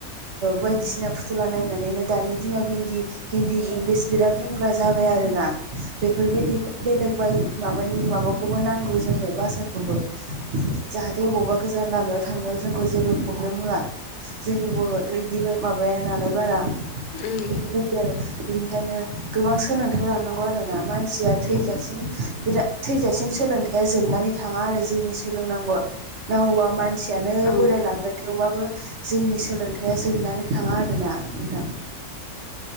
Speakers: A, on the right; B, on the left.
A: बायदिसिना फुथुला नायनानैनो दानि दिनाव हिन्दी हिन्दी इंलिस बिराद रोंग्रा जाबाय आरोना बेफोरबायदि बेलेग बादि माबानि माबाखौबो नांगौ जोंनो भासाखौबो। जाहाथे बबावबा गोजान लामायाव थांनायाव जोंखौ जेबो प्रब्लेम होया। जोंनि बर'आथ इदि माबाया नालाय बारा
B: उम
A: बेफोरबायदि आरो बिनिखायनो गोबां सोलोंथाइ लानांगौ आरोना मानसिया थैजासिम
B: उम
A: बिराद थैजासिम सोलोंथाइ या जोबनानै थाङा आरो जोंनि सोलोंनांगौआ नांगौबा मानसियानो
B: औ
A: बोरायलांगोन थेवबाबो जोंनि सोलोंथाइया जोबनानै थाङा आरोना नोंथां